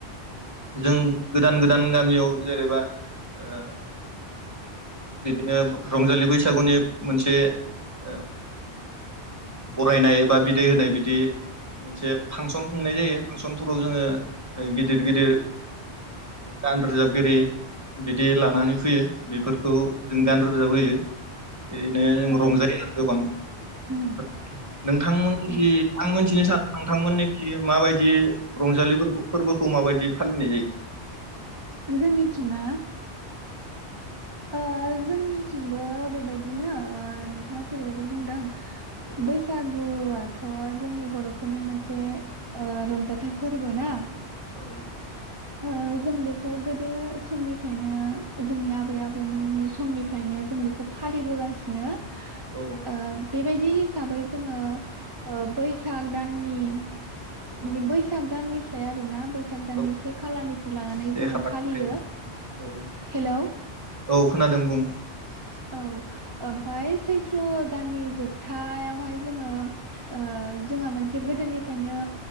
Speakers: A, on the right (about 15°); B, on the right (about 30°).
A: जों गोदान गोदान गामियाव जेनेबा ओ बिदिनो रंजालि बैसागुनि मोनसे ओ बरायनाय बा बिदाय होनाय बिदि मोनसे फांसन खुंनाय जायो फांसनफोराव जोङो गिदिर गिदिर ओ गान रोजाबगिरि बिदि लानानै फैयो बेफोरखौ जों गान रोजाब होयो। बिदिनो जों
B: औ
A: रंजायो आरो गोबांओम
B: उम
A: नोंथांमोननिखि
B: औ
A: आं मिथिनो सानो नोंथांमोननिखि माबायदि रंजालि फोरबोखौ माबायदि फालिनाय जायो
B: जोंनिथिंना ओ जोंनिथिंबो बेबायदिनो ओ नोंथाङा जेरैबायदि बुंदों
A: औ
B: बैसागु आथ थ' जोंनि बर'फोरनि मोनसे ओ रंजाथाइ फोरबो ना
A: औ
B: ओ जों बेखौ गोदो समनिफ्रायनो जोंनि आबै आबौमोननि समनिफ्रायनो जों बेखौ फालिबोगासिनो ओ
A: औ
B: बे बेबायदि हिसाबै जोङो ओ बैसाग दाननि
A: औ
B: माने बैसाग दाननिफ फ्राय आरोना बैसाग दाननि
A: औ
B: से खालारनिफ्राय लानानै
A: से
B: जोङो
A: खालारनिफ्राय
B: फालियो
A: औ
B: हेलौ
A: औ खोनादों <inaudible>
B: औ ओमफाय सैथ्र' दाननि जोबथायावहाय जोङो ओ जोंहा मोनसे गोदोनिफ्रायनो